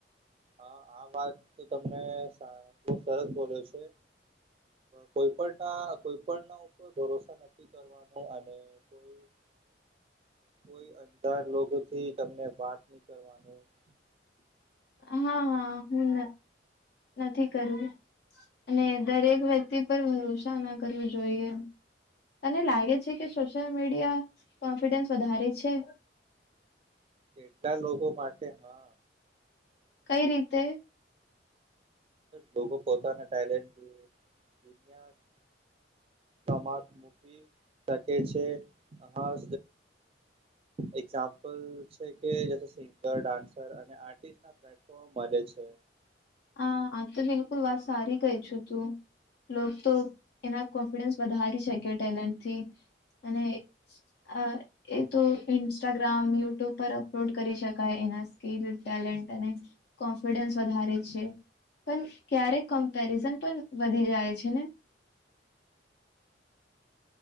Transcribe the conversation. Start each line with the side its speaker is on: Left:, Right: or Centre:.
Right: હા આ વાત તમને બહુ સરસ બોલ્યો છે. કોઈ પણ ના કોઈ પણ ના ઉપર ભરોસા નથી કરવાનું અને કોઈ- - કોઈ અલર લોકો થી તમને વાત નહી કરવાનું- -
Left: હા હા હું નથી કરવું અને દરેક વ્ય- - પર ભરોસા ના કરવું જોઈએ તને લાગે છે કે સોસીયલ - મીડિયા કોન્ફિડન્સ વધારે છે.
Right: કેટલા લોકો માટે હા- -
Left: કઈ રીતે?
Right: લોકો પોતાના ટેલેન્ટથી દુનિયા- - કમાત મૂકી સકે છે હા. એક્ઝામપલ છે કે સિંગર ડાન્સર અને આટીર્સ્ટ- - પ્લેટફૉમ મળૅ છે.
Left: હા આમ તો બિલકુલ વાત સારી કહે છુ તું રોજ એના કોન્ફિડન્સ વધારી શકે્યો ટેલેન્ટથી અને- - એ તો ઇન્સ્ટાગ્રામ યુટ્યુબ પર અપલોડ કરી શકાય એના સ્કીલ ટેલેન્ટ અને- - કોન્ફિડન્સ વધારે છે પણ ક્યારેક કમ્પેરિઝન પણ વધી જાય છે ને- -